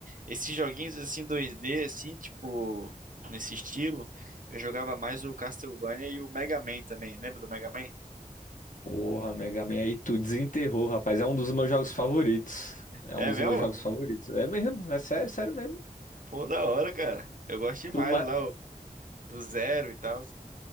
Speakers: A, on the right; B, on the left.
A: Esses joguinhos assim 2D, assim, tipo, nesse estilo, eu jogava mais o Castlevania e o Mega Man também. Lembra do Mega Man?
B: Porra, Mega Man, aí tu desenterrou, rapaz. É um dos meus jogos favoritos. É
A: É
B: um dos
A: mesmo?
B: meus jogos favoritos. É mesmo, é sério, sério mesmo.
A: Pô, da hora, cara. Eu gosto demais
B: Tu ma-
A: lá, ó, do Zero e tal.